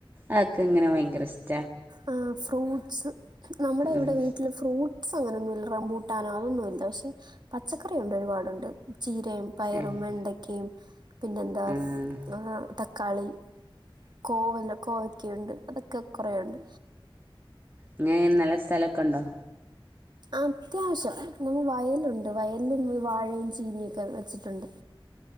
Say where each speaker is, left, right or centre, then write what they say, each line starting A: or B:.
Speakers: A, on the right; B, on the right.
A: അതൊക്കെ ഇങ്ങനെ ഭയങ്കര ഇഷ്ട
B: ആ ഫ്രൂട്ട്സ് നമ്മുടെ
A: ആഹ്
B: ഇവിടെ വീട്ടിൽ ഫ്രൂ ട്ട്സ് അങ്ങനൊന്നും ഇല്ല റമ്പൂട്ടാനോ അതൊന്നും ഇല്ല പക്ഷെ പച്ചക്കറി ഉണ്ട് ഒരുപാടുണ്ട് ചീരയും പയറും
A: ഏഹ്
B: വെണ്ടക്കയും പിന്നെന്താ
A: ആഹ്
B: ഫ് ആ തക്കാളി കോവലം കോവക്കയുണ്ട് അതൊക്കെ കൊറെയുണ്ട്
A: അങ്ങനെ നല്ല സ്ഥലക്കൊണ്ടോ
B: അത്യാശ്യം നമ്മ വയലുണ്ട് വയലിൽ ഈ വാഴയും ചീനിയും ഒക്കെ വെച്ചിട്ടുണ്ട്